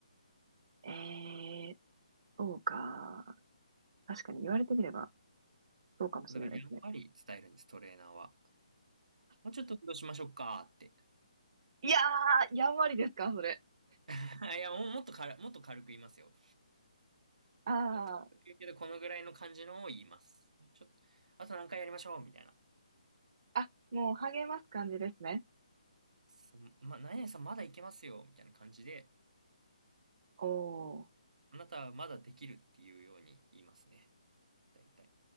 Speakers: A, on the right; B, on the right.
A: えー、そうか。確かに言われてみれば、そうかもしれないですね。
B: だから、やんわり伝えるんです、トレーナーは。もうちょっと運動しましょうかって。
A: いやー、やんわりですか、それ。
B: <laughs> いや、もうもっと軽、もっと軽く言いますよ。
A: あ
B: もっと軽く言うけど、
A: ー、
B: このぐらいの感じのを言います。もうちょっと、あと何回やりましょうみたいな。
A: あ、もう励ます感じですね。
B: そま、何々さんまだいけますよみたいな感じで、
A: おー。
B: あなたはまだできるっていうように言いますね。大体。